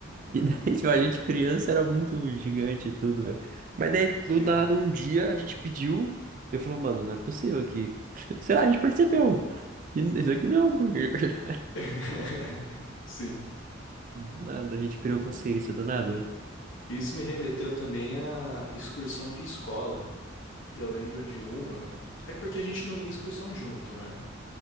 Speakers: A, on the right; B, on the left.
A: E daí, <laughs> tipo, a gente criança era muito gigante e tudo, velho. Mas daí,
B: Sim.
A: do nada, um dia a gente pediu. Eu falei, mano, não é possível que. <laughs> Sei lá, a gente percebeu. que Isso aqui não é hambúrguer, <laughs>
B: <laughs> Sim.
A: Do nada, a gente criou consciência, do nada.
B: Isso me remeteu também à excursão de escola. Eu lembro de uma. É porque a gente não ia em excursão junto, né?